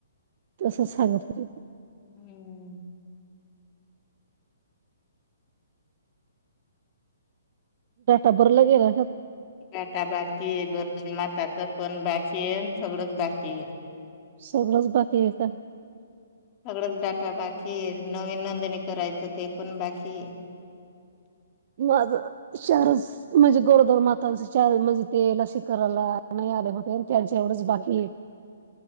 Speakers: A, on the right; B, on the left.
A: तस सांगत
B: हम्म.
A: टबरलागेला
B: काटा बाकी गरजन माताचं पण बाकी सगळंच बाकी.
A: सगळच बात आहेेत.
B: सगळंच बटा भाकीर नवीन आणि करायचं ते पण बाकी आहे.
A: माझ चारच म्हणजे गोरदर मातांचे चार म्हणजे ते लसी करायला नाही आले होते त्यांच एवढंच बाकीए